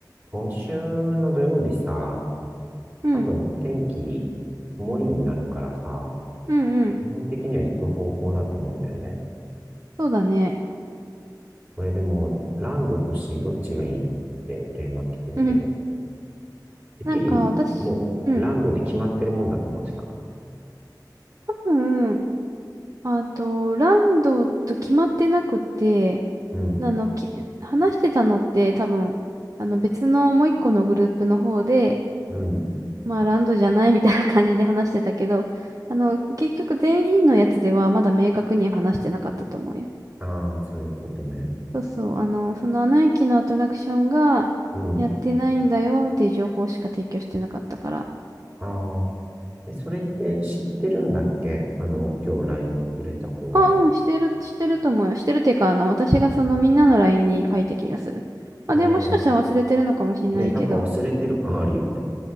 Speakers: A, on the right; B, on the right.
A: 今週の土曜日さ、
B: うん、
A: 多分天気曇りになるからさ、
B: うん、うん。
A: 基本的には行く方向だと思うんだよね。
B: そうだね。
A: これでも、ランドとシーどっちがいいって連絡来てるけど、
B: うん。
A: てっきりもうランドで決まってるもんだと思ってた。
B: なんか私、うん。多分、あと、ランドと決まってなくて、
A: うん、
B: あの、き、話してたのって多分、あの別のもう一個のグループの方で、
A: うん。
B: まあランドじゃないみたいな感じで話してたけど、あの、結局全員のやつではまだ明確には話してなかったと思うよ。
A: ああ、そういうことね。
B: そうそう、あの、そのアナ雪のアトラクションがやってないんだよっていう情報しか提供してなかったから。
A: うん。ああ。え、それって知ってるんだっけあの、今日ラインくれた子は。
B: あ、うん、してる、してると思うよ。してるっていうか、あの、私がそのみんなの LINE に書いた気がする。まあ、
A: ああ。
B: でももしかしたら忘れてるのかもしれないけど、
A: ね、なんか忘れてる感あるよね。